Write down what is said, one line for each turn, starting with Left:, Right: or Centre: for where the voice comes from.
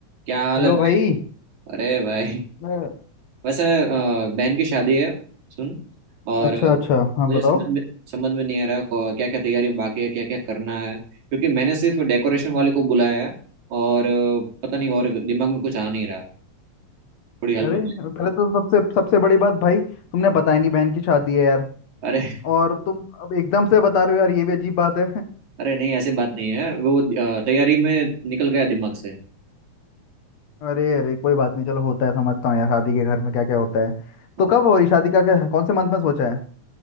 Right: क्या हाल
Left: Hello
Right: है भाई
Left: भाई
Right: अरे भाई
Left: मैं
Right: वैसे अ, बहन की शादी है सुन और
Left: अच्छा
Right: अ,
Left: अच्छा हाँ
Right: मुझे
Left: बताओ
Right: समझ में समझ में नहीं आ रहा क्या क्या तैयारी बाकी है क्या क्या करना है क्योंकि मैंने सिर्फ डेकोरेशन वाले को बुलाया है और अ, पता नहीं और दिमाग में कुछ आ नहीं रहा थोड़ी हेल्प
Left: अरे
Right: होती है?
Left: पहले तो सबसे सबसे बड़ी बात भाई तुमने बताया नहीं बहन की शादी है यार
Right: अरे
Left: और तुम अब एकदम से बता रहे हो यार ये भी अजीब बात है <laughs>
Right: अरे नहीं ऐसी बात नहीं है वो अ, तैयारी में निकल गया दिमाग से
Left: अरे अरे कोई बात नहीं चलो होता है समझता हूँ यार शादी के घर में क्या क्या होता है
Right: हाँ
Left: तो कब हो रही शादी का क्या कौन से मंथ में सोचा है